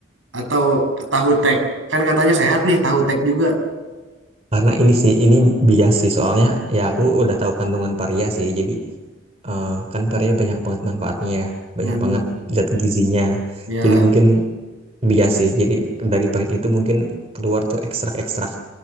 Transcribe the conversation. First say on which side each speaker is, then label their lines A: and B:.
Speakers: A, on the right (about 80°); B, on the right (about 30°).
A: atau tahu tek? Kan katanya sehat nih, tahu tek juga.
B: karena ini sih ini bias sih soalnya ya aku udah tahu kandungan paria sih. Jadi eh, kan parea banyak banget manfaatnya ya, banyak
A: Hmm,
B: banget zat gizinya.
A: ya.
B: Jadi mungkin bias sih. Jadi dari pahit itu mungkin keluar tuh ekstrak-ekstrak